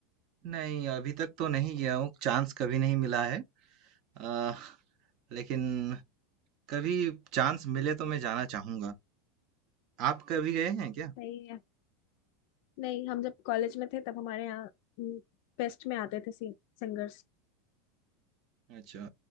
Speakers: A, on the right (about 50°); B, on the left (about 60°).
A: नहीं अभी तक तो नहीं गया हूँ चांस कभी नहीं मिला है अ, लेकिन कभी चांस मिले तो मैं जाना चाहूंगा आप कभी गए हैं क्या
B: नहीं है नहीं हम जब कॉलेज में थे तब हमारे यहाँ फेस्ट में आते थे सिंगर्स
A: अच्छा